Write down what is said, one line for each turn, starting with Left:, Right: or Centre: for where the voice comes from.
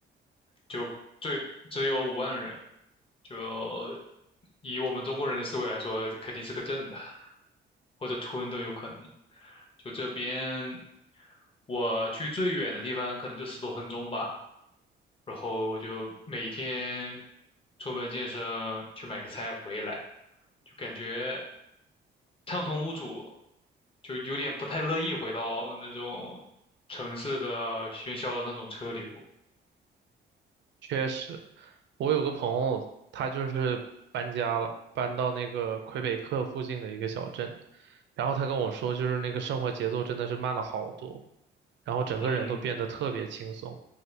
Left: 就最只有五万人，就以我们中国人的思维来说，肯定是个镇的，或者村都有可能。就这边，我去最远的地方可能就十多分钟吧，然后我就每天出门健身，去买个菜回来，就感觉畅通无阻，就有点不太乐意回到那种城市的喧嚣的那种车流。
Right: 确实，我有个朋友，他就是搬家了，搬到那个魁北克附近的一个小镇，然后他跟我说，就是那个生活节奏真的是慢了好多，然后整个人都变得特别轻松。
Left: 嗯，